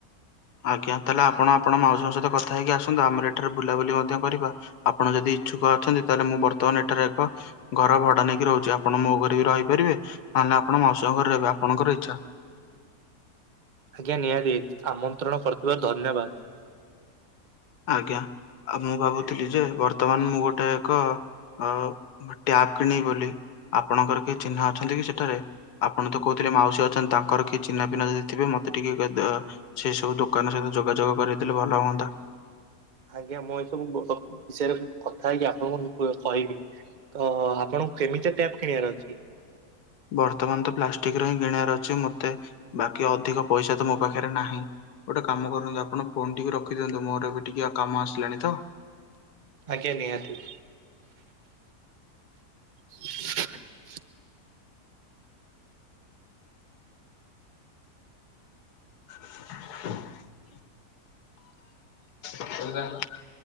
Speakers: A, on the left; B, on the right.
A: ଆଜ୍ଞା ତାହେଲେ ଆପଣ ଆପଣ ମାଉସୀଙ୍କ ସହିତ କଥା ହେଇକି ଆସନ୍ତୁ ଆମର ଏଠାରେ ବୁଲାବୁଲି ମଧ୍ୟ କରିବା। ଆପଣ ଯଦି ଇଛୁକ ଅଛନ୍ତି ତାହେଲେ ମୁଁ ବର୍ତ୍ତମାନ ଏଠାରେ ଏକ ଘର ଭଡା ନେଇକି ରହୁଛି ଆପଣ ମୋ ଘରେ ବି ରହିପାରିବେ ଆ ନ ଆପଣ ମାଉସି ଘରେ ରହିବେ ଆପଣଙ୍କର ଇଚ୍ଛା।
B: ଆଜ୍ଞା ନିହାତି ଆମନ୍ତ୍ରଣ କରିଥିବାରୁ ଧନ୍ୟବାଦ।
A: ଆଜ୍ଞା ଆଉ ମୁଁ ଭାବୁଥିଲି ଯେ ବର୍ତ୍ତମାନ ମୁଁ ଗୋଟେ ଏକ ଅ ଟ୍ୟାପ୍ କିଣିବି ବୋଲି ଆପଣଙ୍କର କିଏ ଚିହ୍ନା ଅଛନ୍ତି କି ସେଠାରେ ଆପଣ ତ କହୁ ଥିଲେ ମାଉସୀ ଅଛନ୍ତି ତାଙ୍କର କିଏ ଚିହ୍ନାି ପିହ୍ନା ଯଦି ଥିବେ ମତେ ଟିକେ ଏ ଦ ସେ ସବୁ ଦୋକାନ ସହିତ ଯୋଗାଯୋଗ କରେଇଦେଲେ ଭଲ ହୁଅନ୍ତା।
B: ଆଜ୍ଞା ମୁଁ ଏ ସବୁ ବ ବ ବିଷୟରେ ବି କଥା ହେଇକି ଆପଣଙ୍କୁ ନି ପ କହିବି। ତ ଆପଣଙ୍କୁ କେମିତିଆ ଟ୍ୟାପ୍ କିଣିବାର ଅଛି।
A: ବର୍ତ୍ତମାନ ତ ପ୍ଲାଷ୍ଟିକ ର ହିଁ କିଣିବାର ଅଛି ମତେ ବାକି ଅଧିକ ପଇସା ତ ମୋ ପାଖରେ ନାହିଁ। ଗୋଟେ କାମ କରନନ୍ତୁ ଆପଣ ଫୋନ୍ ଟିକେ ରଖିଦିଅନ୍ତୁ ମୋର ଏବେ ଟିକେ କାମ ଆସିଲାଣି ତ।
B: ଆଜ୍ଞା ନିହାତି। <inaudible>
A: <inaudible> <inaudible>